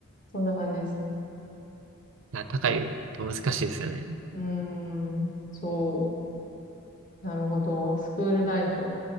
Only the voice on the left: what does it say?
そんな感じです。
うーん、そう。なるほど。スクールライフ。